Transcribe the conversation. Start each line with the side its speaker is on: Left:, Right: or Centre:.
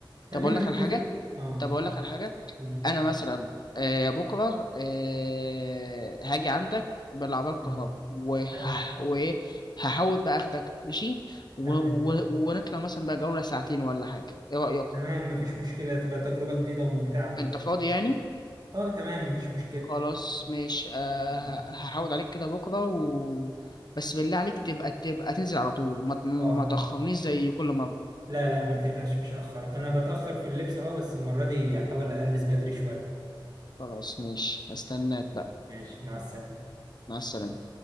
Right: خلينا
Left: طب اقول لك
Right: نتفق
Left: على حاجه
Right: اه
Left: طب اقول لك على حاجه
Right: مم.
Left: انا مثلا آه، بكره آه، هاجي عندك بالعربيه الكهرباء
Right: مم.
Left: وه-
Right: تمام
Left: وايه هحاول بقى اخدك ماشي و-
Right: تمام
Left: و- ونطلع مثلا بقى جوله ساعتين ولا حاجه ايه رايك
Right: تمام مفيش مشكلة تبقى تجربة جديدة وممتعة بالنسبة
Left: انت فاضي
Right: لي
Left: يعني
Right: اه تمام مفيش مشكلة
Left: خلاص ماشي آه
Right: مم.
Left: ه- هحاول عليك كده بكرة و... بس بالله عليك تبقى تبقى تنزل على طول ما
Right: اه آه.
Left: ما تأخرنيش زي كل مرة
Right: لا لا ما تقلقش مش هأخرك أنا بتأخر في اللبس اه بس المرة دي هحاول ألبس بدري شوية
Left: خلاص ماشي هستناك بقى
Right: ماشي مع السلامة
Left: مع السلامة